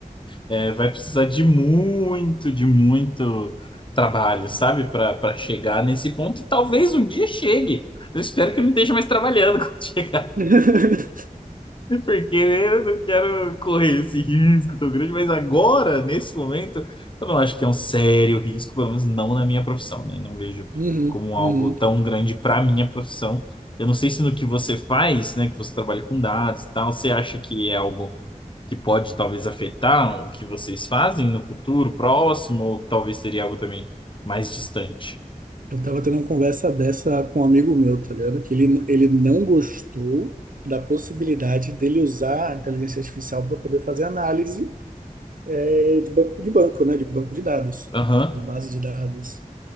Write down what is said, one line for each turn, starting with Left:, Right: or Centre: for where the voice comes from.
Left: É, vai precisar de muito, de muito trabalho, sabe? Para para chegar nesse ponto. E talvez um dia chegue. Eu espero que eu não esteja mais trabalhando <laughs> quando chegar,
Right: <laughs>
Left: porque eu não quero correr esse risco tão grande. Mas agora, nesse momento, eu não acho que é um sério risco, pelo menos não na minha profissão, né? Não vejo
Right: Uhum,
Left: como algo
Right: uhum.
Left: tão grande para minha profissão. Eu não sei se no que você faz, né, que você trabalha com dados e tal, você acha que é algo que pode talvez afetar o que vocês fazem no futuro próximo, ou talvez seria algo também mais distante.
Right: Eu tava tendo uma conversa dessa com um amigo meu, tá ligado? Que ele, ele não gostou da possibilidade dele usar a inteligência artificial para poder fazer análise eh, de banco de banco, né? De banco de dados,
Left: Aham.
Right: de base de dados.